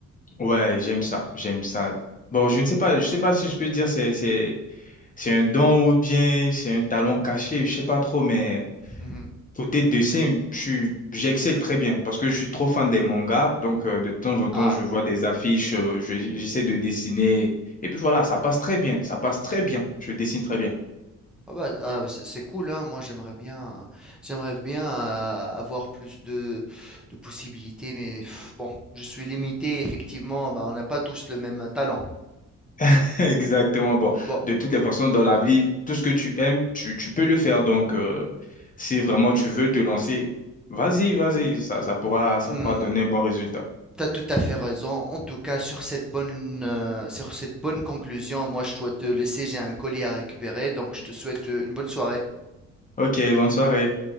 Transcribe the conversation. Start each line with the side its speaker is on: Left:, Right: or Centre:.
Left: Ouais, j'aime ça, j'aime ça. Bon, je ne sais pas, je sais pas si je peux dire c'est, c'est, c'est un don ou bien c'est un talent caché, je sais pas trop, mais...
Centre: <laughs>
Left: Côté dessin, je suis- j'excelle très bien parce que je suis trop fan des mangas. Donc, euh, de temps en temps,
Centre: Ah.
Left: je vois des affiches, euh, je- j'essaie de dessiner. Et puis voilà, ça passe très bien. Ça passe très bien. Je dessine très bien.
Centre: Ah bah, ah bah, c'est c'est cool, hein. Moi j'aimerais bien, j'aimerais bien euh, avoir plus de, de possibilités, mais pff, bon, je suis limité, effectivement, bah, on n'a pas tous le même euh, talent.
Left: <laughs> Exactement. Bon,
Centre: Bon,
Left: de toutes les façons, dans la vie, tout ce que tu aimes, tu, tu peux le faire. Donc, euh, si vraiment tu veux te lancer, vas-y, vas-y, ça, ça pourra, ça
Centre: tu
Left: pourra donner un bon résultat.
Centre: t'as tout à fait raison. En tout cas, sur cette bonne, euh, sur cette bonne conclusion, moi je dois te laisser, j'ai un colis à récupérer, donc je te souhaite euh, une bonne soirée.
Left: Ok, bonne soirée.